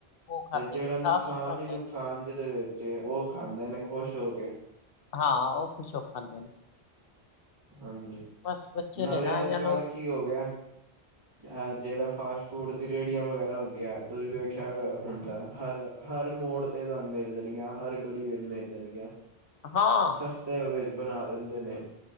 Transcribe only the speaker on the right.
ਤੇ
ਜਿਹੜਾ
ਨੁਕਸਾਨ
ਹੀ ਨੁਕਸਾਨ
ਜਿਹਦੇ ਵਿੱਚ ਉਹ ਖਾਂਦੇ ਨੇ ਖ਼ੁਸ਼ ਹੋ ਕੇ।
ਹਾਂਜੀ।
ਨਾਲੇ
ਅੱਜ
ਕੱਲ ਕੀ ਹੋ ਗਿਆ ਅ ਜਿਹੜਾ ਫਾਸਟ ਫੂਡ ਦੀ ਰੇਹੜੀਆਂ ਵਗੈਰਾ ਹੁੰਦੀਆਂ ਤੁਸੀਂ ਵੇਖਿਆ ਹੁੰਦਾ ਹਰ ਹਰ ਮੋੜ ਤੇ ਤਾਨੂੰ ਮਿਲ ਜਾਣਗੀਆਂ ਹਰ ਗਲੀ ਵਿੱਚ ਮਿਲ ਜਾਣਗੀਆਂ।
ਸਸਤੇ ਵਿੱਚ ਬਣਾ ਦਿੰਦੇ ਨੇ।